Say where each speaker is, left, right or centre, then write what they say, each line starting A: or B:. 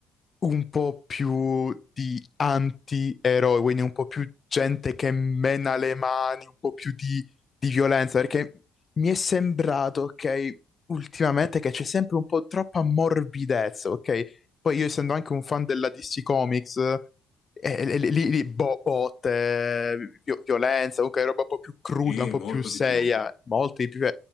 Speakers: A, on the left; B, on the left.
A: un po' più di anti-eroi, quindi un po' più gente che mena le mani, un po' più di, di violenza, perché mi è sembrato, ok, ultimamente che c'è sempre un po' troppa morbidezza, ok? Poi io essendo anche un fan della DC Comics, eh, eh, lì, lì- lì bo- botte, vi- violenza, comunque roba un po' più cruda,
B: Sì,
A: un po'
B: molto
A: più seria,
B: di più.
A: molto di più.